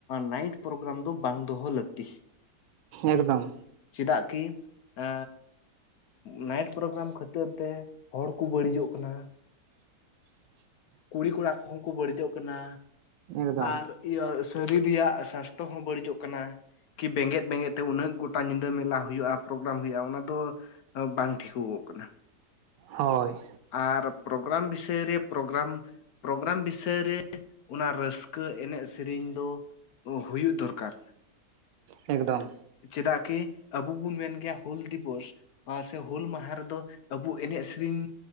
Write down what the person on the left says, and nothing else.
ᱱᱟᱭᱤᱴ ᱯᱨᱳᱜᱨᱟᱢ ᱫᱚ ᱵᱟᱝ ᱫᱚᱦᱚ ᱞᱟᱹᱠᱛᱤ᱾
ᱪᱮᱫᱟᱜ ᱠᱤ ᱮ ᱱᱟᱭᱤᱴ ᱯᱨᱳᱜᱨᱟᱢ ᱠᱷᱟᱹᱛᱤᱨ ᱛᱮ ᱦᱚᱲᱠᱚ ᱵᱟᱹᱲᱤᱡᱚᱜ ᱠᱟᱱᱟ᱾
ᱠᱩᱲᱤ ᱠᱚᱲᱟ ᱠᱚᱦᱚᱸ ᱠᱚ ᱵᱟᱹᱲᱤᱡᱚᱜ ᱠᱟᱱᱟ
ᱟᱨ ᱤᱭᱟᱹ ᱥᱟᱨᱤᱨ ᱨᱮᱭᱟᱜ ᱥᱟᱥᱛᱚ ᱦᱚᱸ ᱵᱟᱹᱲᱤᱡᱚᱜ ᱠᱟᱱᱟ ᱠᱤ ᱵᱮᱸᱜᱮᱫ ᱵᱮᱸᱜᱮᱫ ᱛᱮ ᱩᱱᱟᱹᱜ ᱜᱚ- -ᱴᱟ ᱧᱤᱫᱟᱹ ᱢᱮᱞᱟ ᱦᱩᱭᱩᱜᱼᱟ ᱯᱨᱳᱜᱨᱟᱢ ᱦᱩᱭᱩᱜᱼᱟ ᱚᱱᱟ ᱫᱚ ᱵᱟᱝ ᱴᱷᱤᱠᱚᱜᱚᱜ ᱠᱟᱱᱟ᱾
ᱟᱨ ᱯᱨᱳᱜᱨᱟᱢ ᱵᱤᱥᱚᱭ ᱨᱮ ᱯᱨᱳᱜᱨᱟᱢ ᱯᱨᱳᱜᱨᱟᱢ ᱵᱤᱥᱚᱭ ᱨᱮ ᱚᱱᱟ ᱨᱟᱹᱥᱠᱟᱹ ᱮᱱᱮᱡ ᱥᱮᱨᱮᱧ ᱫᱚ ᱚ ᱦᱩᱭᱩᱜ ᱫᱚᱨᱠᱟᱨ᱾
ᱪᱮᱫᱟᱜ ᱠᱤ ᱟᱵᱚ ᱵᱚᱱ ᱢᱮᱱ ᱜᱮᱭᱟ ᱦᱩᱞ ᱫᱤᱵᱚᱥ ᱟᱨ ᱥᱮ ᱦᱩᱞ ᱢᱟᱦᱟ ᱨᱮᱫᱚ ᱟᱵᱚ ᱮᱱᱮᱡ ᱥᱮᱨᱮᱧ